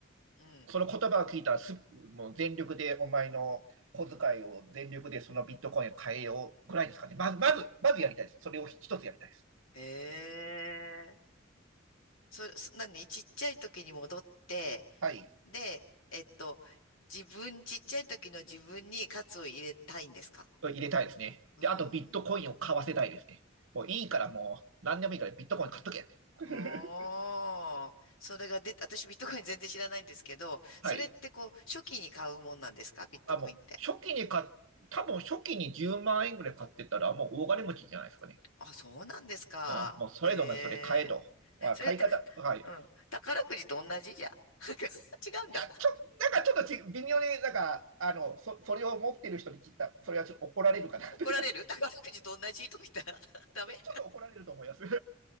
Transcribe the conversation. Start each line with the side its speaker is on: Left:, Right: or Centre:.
Left: うん。
Right: その言葉を聞いたらす、もう全力でお前の小遣いを全力でそのビットコインを変えようぐらいですかね。まず、まず、まずやりたいです。それを一つやりたいです。
Left: へえ。そ、そ、何ちっちゃい時に戻って、
Right: はい。
Left: で、えっと、自分、ちっちゃい時の自分にカツを入れたいんですか
Right: 入れたいですね。
Left: うーん。
Right: で、あとビットコインを買わせたいですね。もういいからもう、何でもいいからビットコイン買っとけって。<laughs>
Left: ああ、それが出た、私ビットコイン全然知らないんですけど、それってこう、
Right: はい。
Left: 初期に買うもんなんですかビットコインって。
Right: あ、もう、初期に買っ、多分初期に10万円ぐらい買ってたら、もう大金持ちじゃないですかね。
Left: うん。あ、そうなんですか。
Right: うん。もうそれでもそれ買えと。
Left: ええ。それって、
Right: 買い方、はい。
Left: うん。宝くじと同じじゃん。<laughs> 違うんだ。
Right: いや、ちょ、なんかちょっとち微妙になんか、あの、そ、それを持ってる人に聞いた、それはちょっと怒られるかな
Left: 怒られる宝くじと同じとか言ったら
Right: <laughs>。ちょ、
Left: <laughs>
Right: っと怒られると思います。
Left: ダメ
Right: <laughs> う